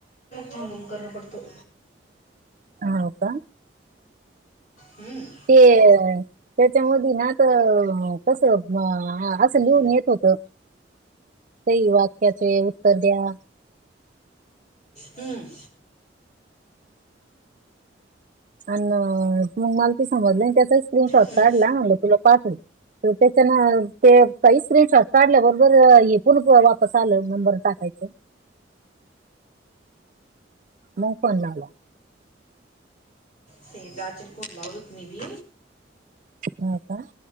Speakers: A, on the left; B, on the right.
A: थांबवून करणं पडतो
B: ह हो का
A: हम्म
B: ते त्याच्यामध ना आता कसं असं लिहून येत होतं काही वाक्याचे उत्तर द्या
A: हमं
B: अ मग मला ती समजली त्याचा स्क्रीनशॉट
A: हम्म.
B: काढला म्हलं तुला पाठून तर त्याच्यान ते काही स्क्रीनशॉट काढल्या बरोबर हे पण वापस आलं नंबर टाकायच मग पणणारला
A: ते दाजर पटला रत म बी
B: हो का